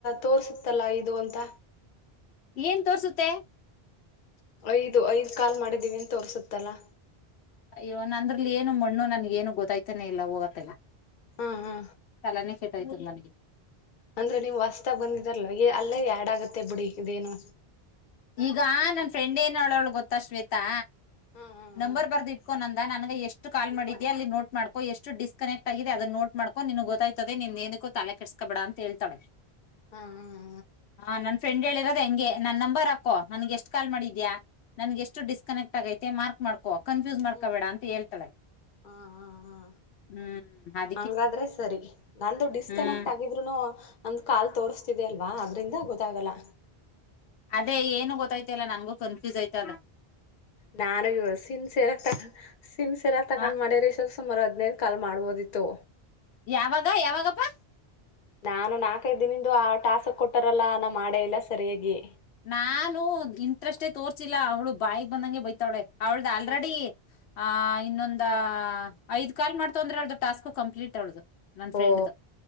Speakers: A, on the left; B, on the left.
A: ತೋರ್ಸತ್ತಲ್ಲ ಇದು ಅಂತ
B: ಏನ್ ತೋರ್ಸುತ್ತೆ.
A: ಐದು ಐದ ಕಾಲ್ ಮಾಡಿದ್ದೀವಿ ಅಂತ ತೋರಸುತ್ತಲ್ಲ
B: ಅಯ್ಯೋ ನಂದ್ರಲ್ಲಿ ಏನು ಮಣ್ಣು ನನಗೇನು ಗೊತ್ತಾಯ್ತನೆ ಇಲ್ಲ ಹೋಗತ್ತಗೆ.
A: ಹಾ ಹಾ
B: ಚಲನೆ ಸೆಟ್ಟಯ್ತಿಲ್ಲ ನನಗೆ
A: ಅಂದ್ರೆ ನೀವು ಹೊಸ್ತಾಗ್ ಬಂದಿದಾರಲ್ಲ ಹೋಗಿ ಅಲ್ಲ ಹೋಗಿ ಆ್ಯಡ್ ಆಗತ್ತೆ ಬಿಡಿ ಇದೇನು
B: ಈಗಾ ನನ್ ಫ್ರೆಂಡ್ ಏನ ಹೇಳವ್ಳ್ ಗೊತ್ತಾ ಶ್ವೇತಾ
A: ಹಾ ಹಾ
B: ನಂಬರ್
A: ಹಾ
B: ಬರ್ದ ಇಟ್ಕೊ ನಂದ ನನ್ಗ ಎಷ್ಟ ಎಷ್ಟು ಕಾಲ್ ಮಾಡಿದ್ದಿಯ ಅಲ್ಲಿ ನೋಟ್ ಮಾಡ್ಕ ಎಷ್ಟು ಡಿಸ್ಕನೆಕ್ಟ್ ಆಗಿದೆ ಅದನ್ನ ನೋಟ್ ಮಾಡ್ಕೋ ನಿನಗೆ ಗೊತ್ತಾಯ್ತದೆ ನಿನ್ ಏನಕೂ ತಲೆ ಕೆಡ್ಸ್ಕ್ ಕೋಬೇಡ ಅಂತ ಹೇಳ್ತ ಇದೀನಿ.
A: ಹಾ ಹ
B: ಹಾ ನನ್ ಫ್ರೆಂಡ್ ಹೇಳಿರೋದೇ ಹಂಗೆ ನನ್ ನಂಬರ್ ಹಾಕೂ ನನ್ಗೆ ಎಷ್ಟ್ ಕಾಲ್ ಮಾಡಿದ್ಯಾ? ನನ್ಗೆ ಎಷ್ಟು ಡಿಸ್ಕನೆಕ್ಟ್ ಆಗೈತೆ ಮಾರ್ಕ್ ಮಾಡ್ಕೋ ಕನ್ಫ್ಯೂಸ್ ಮಾಡ್ಕೊ
A: ಹ್ಮ್
B: ಬೇಡ ಅಂತ ಹೇಳ್ತಳೆ.
A: ಹಾ ಹಾ ಹಾ
B: ಹ್ಮ್ ಹಾ <unintelligible>
A: ಹಂಗಾದ್ರೆ ಸರಿ ನಂದು ಡಿಸ್ಕನೆಕ್ಟ್
B: ಹ್ಮ್
A: ಆಗಿದ್ದ <unintelligible> ಒಂದ್ ಕಾಲ್ ತೋರ್ಸ್ತಿದ ಅಲ್ವಾ ಅದ್ರಿಂದ ಗೊತ್ತಾಗಲ್ಲ.
B: ಅದೇ ಏನು ಗೊತ್ತಾಯ್ತಲ್ಲ ನಂಗು ಕನ್ಫ್ಯೂಸ್ ಆಯ್ತದೆ
A: ನಾನು ಇವ್ಳು ಸೀನ್ಸಿಯಾರಾಗಿ ಆಗಿ ತಗಂಡು ಸೀನ್ಸಿಯಾರಾಗಿತಗಂಡು
B: ಹ
A: ಮಾಡಿದ್ರೆ ಇಸ್ಟೊತಿಗೆ ಸುಮಾರು ಹದಿನೈೇದು ಕಾಲ್ ಮಾಡ್ಬೋದಿತ್ತು.
B: ಯಾವಾಗ ಯಾವಾಗಪ್ಪ?
A: ನಾನು ನಾಕೈದಿನಿಂದು ಆ ಟಾಸ್ಕ್ ಕೊಟ್ಟಾರಲ್ಲ ನಾನ್ ಮಾಡೇ ಇಲ್ಲ ಸರಿಯಾಗಿ.
B: ನಾನು ಇಂಟ್ರೆಸ್ಟೇ ತೋರ್ಸಿಲ್ಲ ಅವ್ಳು ಬಾಯಗ್ ಬಂದಂಗೆ ಬೈತವಳೆ ಅವಳ್ದ ಆಲ್ರೆಡಿ
A: ಹಾ
B: ಆ ಇನ್ನೊಂದ ಐದ್ ಕಾಲ್ ಮಾಡ್ತು ಅಂದ್ರೆ ಅವ್ಳದು ಟಾಸ್ಕ್ ಕಂಪ್ಲೀಟ್ ಅವ್ಳದು. ನನ್ ಫ್ರೆಂಡ್ದ
A: ಓ